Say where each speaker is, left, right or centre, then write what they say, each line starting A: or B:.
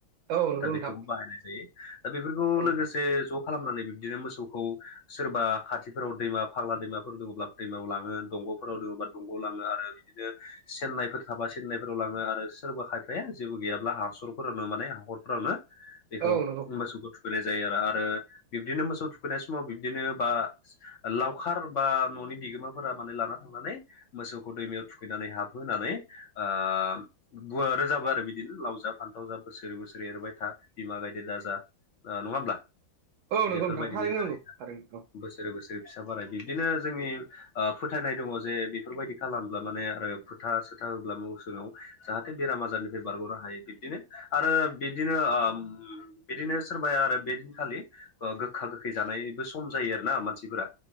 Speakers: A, on the right; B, on the left.
A: औ नंगौ
B: दा
A: नोंथां
B: बेखौबो बाहायनाय जायो दा बेफोरखौ
A: औ
B: लोगोसे ज' खालामनानै बिबदिनो मोसौखौ सोरबा खाथिफोराव दैमा फाग्ला दैमाफोर दङब्ला दैमायाव लाङो दंग'फोराव दङ बा दंग'याव लाङो आरो बिदिनो चेन्नाइफोर थाबा चेन्नाइफोराव लाङो आरो सोरबा खायफाया जेबो गैयाब्ला हाखरफोरावनो माने हाखरफोरावनो बेखौ
A: औ नंगौ
B: मोसौखौ थुखैनाय जायो आरो आरो बिबदिनो मोसौ थुखैनाय समाव बिबदिनो बा लावखार बा न'नि बिगोमाफोरा माने लाना थांनानै मोसौखौ दैमायाव थुखैनानै हाबह <unintelligible> होनानै आ बुवा रोजाबो आरो बिदिनो लाव जा फानथाव जा बोसोरै बोसोरै एरबाय था बिमा गायदे दाजा नङा होमब्ला
A: औ नंगौ
B: बेफोरबायदि
A: नोंथां थारैनो
B: मोजाङै
A: नंगौ
B: जा
A: थारैनो औ
B: बोसोरै बोसोरै फिसा बाराय बिब्दिनो जोंनि फोथायनाय दङ जे बेफोरबायदि खालामब्ला माने आरो फोथा सोथा होब्ला मोसौनियाव जाहाथे बेराम आजारनिफ्राय बारग'नो हायो बिब्दिनो आरो बिदिनो ओ बिदिनो सोरबाया आरो बेदिनखालि गोखा गोखै जानायबो सम जायो आरोना मानसिफोरा